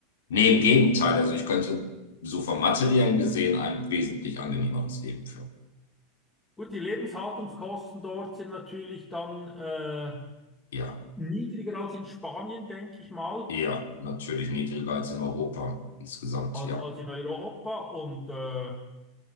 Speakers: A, on the left; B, on the left.
A: Nee, im Gegenteil. Also ich könnte so vom Materiellen gesehen ein wesentlich angenehmeres Leben führen.
B: Gut, die Lebenshaltungskosten dort sind natürlich dann äh,
A: Ja,
B: niedriger als in Spanien, denke ich mal,
A: eher natürlich niedriger als in Europa insgesamt,
B: als,
A: ja.
B: als in Europa. Und äh,